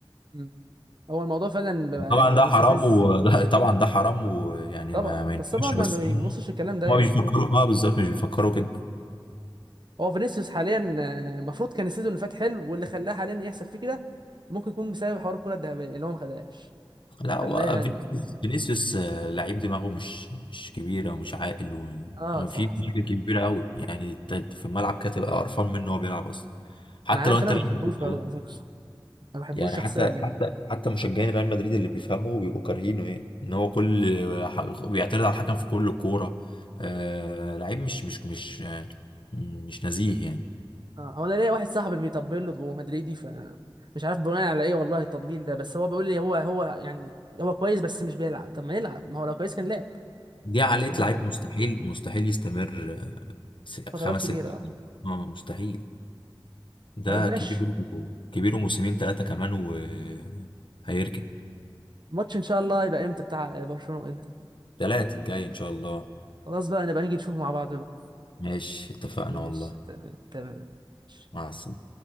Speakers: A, on the right (about 60°); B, on the left (about 70°).
A: امم هو الموضوع فعلا بقى يعني
B: طبعا
A: بقى
B: ده
A: مستفز
B: حرام وده <laughs> طبعا ده حرام ويعني
A: طبعا
B: ما, ما ينفعش
A: بس طبعا ما
B: بس
A: ما بيبصش
B: يعني
A: الكلام ده يعني
B: هما مش بيفكروا اه بالظبط مش بيفكروا
A: مم.
B: كده
A: هو فينيسيوس حاليا آه، المفروض كان السيزون اللي فات حلو واللي خلاه حاليا يحصل فيه كده ممكن يكون بسبب حوار الكرة الذهبية اللي هو ما خدهاش
B: لا هو
A: خلاه يعني
B: فينيسيوس فينيسيوس آه، لعيب دماغه مش مش كبيرة ومش عاقل
A: اه
B: وفي
A: صح صح
B: مشاكل كبيرة قوي يعني انت في الملعب كده تبقى قرفان منه وهو بيلعب اصلا حتى
A: انا عارف
B: لو انت
A: انا
B: ريال
A: ما بحبوش
B: مدريد
A: برضه
B: والله
A: على فكرة ما بحبوش
B: يعني
A: شخصيا
B: حتى
A: يعني
B: حتى حتى مشجعين ريال مدريد اللي بيفهموا بيبقوا كارهينه ايه ان هو كل ح- بيعترض على الحكم في كل كورة آه لعيب مش مش مش آه، مش نزيه يعني
A: اه هو انا ليا واحد صاحبي بيطبل له وهو مدريدي ف مش عارف بناء على ايه والله التطبيل ده بس هو بيقول لي هو هو يعني هو كويس بس مش بيلعب طب ما يلعب ما هو لو كويس كان لعب
B: دي عقلية
A: انا مش فاهم
B: لعيب
A: يعني
B: مستحيل مستحيل يستمر آه، س-
A: فترات
B: خمس
A: كبيرة
B: ست سنين
A: اه
B: اه مستحيل
A: مم.
B: ده
A: طيب ماشي
B: كبير و- كبير وموسمين ثلاثة كمان وهيركن
A: الماتش ان شاء الله يبقى امتى بتاع برشلونة وانتر
B: تلاتة الجاي إن شاء الله
A: خلاص بقى نبقى نيجي نشوفه مع بعض بقى
B: ماشي اتفقنا
A: ماشي
B: والله
A: تمام تمام ماشي.
B: مع السلامة